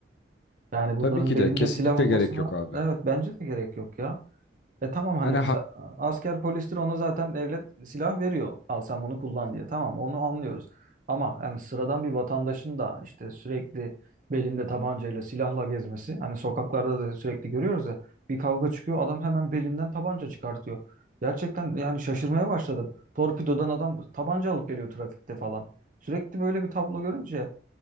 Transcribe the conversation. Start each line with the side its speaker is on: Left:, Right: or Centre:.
Right: Yani bunların
Left: Tabii ki
Right: belinde
Left: de kesinlikle
Right: silah olmasına
Left: gerek yok abi.
Right: evet bence de gerek yok ya. E tamam hani
Left: Yani ha-
Right: mesela asker polistir ona zaten devlet silah veriyor. Al sen bunu kullan diye. Tamam onu anlıyoruz. Ama yani sıradan bir vatandaşın da işte sürekli belinde tabancayla silahla gezmesi. Hani sokaklarda da sürekli görüyoruz ya bir kavga çıkıyor adam hemen belinden tabanca çıkartıyor. Gerçekten yani şaşırmaya başladım. Torpidodan adam tabanca alıp geliyor trafikte falan. Sürekli böyle bir tablo görünce